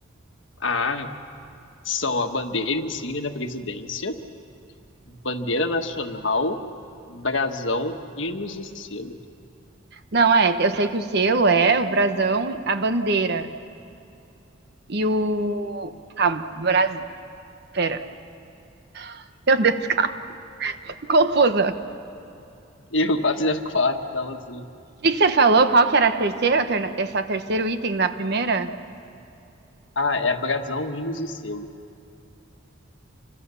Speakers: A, on the left; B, on the right.
A: A são a bandeira insígnia da presidência, bandeira nacional, brasão, hinos e selo.
B: Não, é, eu sei que o selo é o brasão, a bandeira e o... Calma, Bras... Pera. <laughs> Meu Deus, calma. <laughs> Confusa.
A: Erro 404, tela azul.
B: O que que você falou? Qual que era a terceira, alterna- esse é o terceiro item da primeira?
A: Ah, é brasão, hinos e selo.